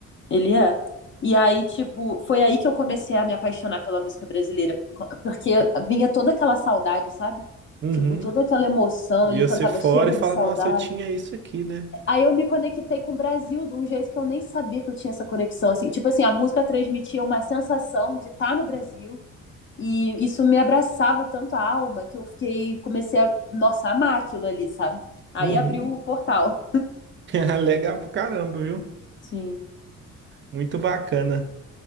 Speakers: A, on the left; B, on the right.
A: Ele é. E aí, tipo, foi aí que eu comecei a me apaixonar pela música brasileira, co- porque vinha toda aquela saudade, sabe?
B: Uhum.
A: Tipo, toda aquela emoção,
B: E
A: ele
B: você
A: cantava
B: fora
A: Chega
B: e fala,
A: de Saudade.
B: nossa, eu tinha isso aqui, né?
A: Aí eu me conectei com o Brasil de um jeito que eu nem sabia que eu tinha essa conexão, assim. Tipo assim, a música transmitia uma sensação de estar no Brasil e isso me abraçava tanto a alma que eu fiquei, comecei a, nossa, amar aquilo ali, sabe? Aí
B: Uhum.
A: abriu o portal.
B: <laughs> Legal pra caramba, viu?
A: Sim.
B: Muito bacana.